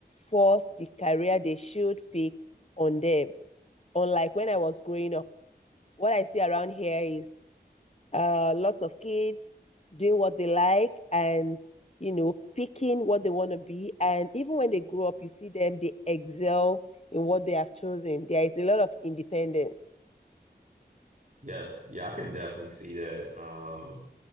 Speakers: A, on the left; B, on the right.
A: force the career they should pick on them. Unlike when I was growing up, what I see around here is uh, lots of kids doing what they like and you know picking what they want to be and even when they grow up you see them they excel in what they have chosen there is a lot of independence
B: Yeah, yeah, I can definitely see that. Um,